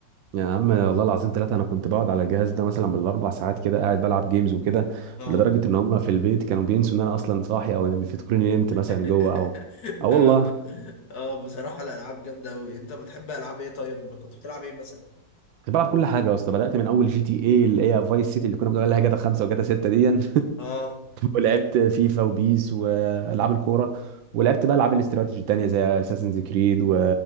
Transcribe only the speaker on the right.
يا عم والله العظيم ثلاثة انا كنت بقعد على الجهاز ده مثلا بالاربع ساعات كده قاعد بلعب جيمز وكده
ولدرجة ان هم في البيت كانوا بينسوا ان انا اصلا صاحي او بيفتكروني نمت
مثلا جوه او اه والله
كنت بلعب كل حاجه يا اسطى بدات من اول جي تي اي اللي هي فايس سيتي اللي كنا بنقول عليها جاتا 5 وجاتا 6 دي <laughs>
ولعبت فيفا وبيس والعاب الكوره ولعبت بقى العاب الاستراتيجي التانيه زي اساسنز كريد و